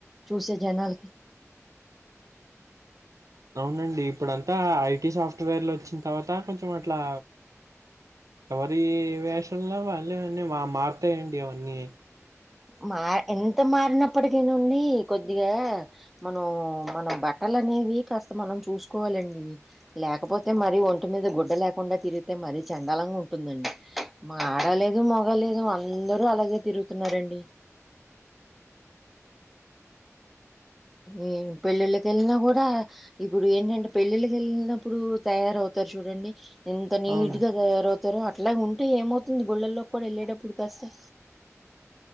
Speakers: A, in the centre; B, on the right.
A: చూసే జనాలకి
B: అవునండి ఇప్పుడు అంతా ఐటీ సాఫ్ట్వేర్లు వచ్చిన తర్వాత కొంచెం అట్లా ఎవరి వేషంలో వాళ్ళీ అవన్నీ మా మారుతాయండి అవన్నీ
A: మా ఎంత మారినప్పటికేనా నుండి కొద్దిగా మనం మన బట్టలు అనేవి కాస్త మనం చూసుకోవాలండి లేకపోతే మరీ ఒంటి మీద గుడ్డ లేకుండా తిరిగితే మరీ చండాలంగా ఉంటుందండి మారలేదు మొగలేదు అందరూ అలాగే తిరుగుతున్నారండి ఏ పెళ్ళిళ్ళకి వెళ్ళినా కూడా ఇప్పుడు ఏంటంటే పెళ్ళిళ్ళకి వెళ్ళినప్పుడు తయారవుతారు చూడండి ఎంత నీట్గా
B: అవును
A: తయారవుతారో అట్ల ఉంటే ఏమవుతుంది గుళ్ళల్లోకి కూడా వెళ్ళేటప్పుడు కాస్త